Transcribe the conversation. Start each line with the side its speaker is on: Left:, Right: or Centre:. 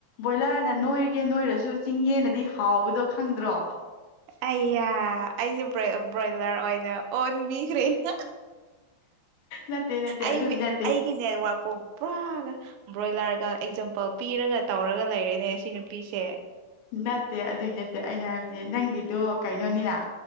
Left: ꯕꯣꯏꯂꯔꯅ ꯅꯣꯏꯔꯒꯦ ꯅꯣꯏꯔꯁꯨ ꯆꯤꯡꯉꯦꯅꯗꯤ ꯍꯥꯎꯕꯗꯣ ꯈꯪꯗ꯭ꯔꯣ
Right: ꯑꯩꯌꯥ ꯑꯩꯁꯦ ꯕ꯭ꯔꯣꯏ ꯕ꯭ꯔꯣꯏꯂꯔ ꯑꯣꯏꯅ ꯑꯣꯟꯕꯤꯈ꯭ꯔꯦꯅ
Left: ꯅꯠꯇꯦ ꯅꯠꯇꯦ
Right: ꯑꯩ
Left: ꯑꯗꯨꯒꯤ ꯅꯠꯇꯦ
Right: ꯑꯩꯒꯤ ꯅꯦꯠꯋꯔꯥꯛꯛꯄꯨ ꯄꯨꯔꯥ ꯕ꯭ꯔꯣꯏꯂꯔ ꯔꯒ ꯑꯦꯛꯖꯥꯝꯄꯜ ꯄꯤꯔꯒ ꯇꯧꯔꯒ ꯂꯩꯔꯦꯅꯦ ꯁꯤ ꯅꯨꯄꯤꯁꯦ
Left: ꯅꯠꯇꯦ ꯑꯗꯨꯒꯤ ꯅꯠꯇꯦ ꯑꯩꯅ ꯍꯥꯏꯕꯗꯤ ꯅꯪꯒꯤꯗꯣ ꯀꯩꯅꯣꯅꯤꯅ